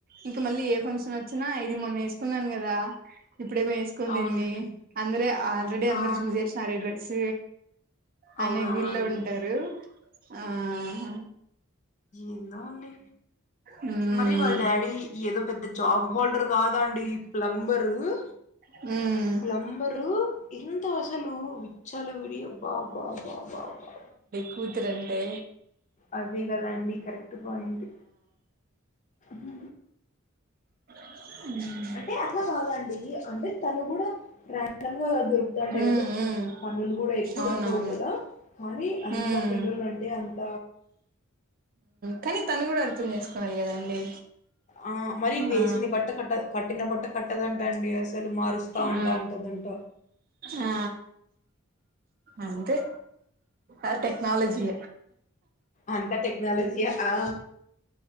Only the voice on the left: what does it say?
అవునండి
ఆ
అవునవునండి
ఎందో అండి
మరి వాళ్ళ డాడీ ఏదో పెద్ద జాబ్ హోల్డర్ కాదు అండి ప్లంబరు హు
ప్లంబరు ఎంత అసలు విచ్చలు విడి బా బా బా బా బా
అది కదా అండి కరెక్ట్ పాయింట్ హు
అట్ల కాదండి అంటే తను కూడ రాండం గా గుతంటే
కదు
పన్నులు కూడా ఎక్కువ
ఇకవు కదా కానీ అంత
పిల్లలు అంటే అంత
ఆ మరి వేసిన
బట్ట కట్ట కట్టిన బట్ట కట్టదంట అండి అసలు మారుస్తు స్తా ఉంటా
అంటదంట
అంత టెక్నాలజి య ఆ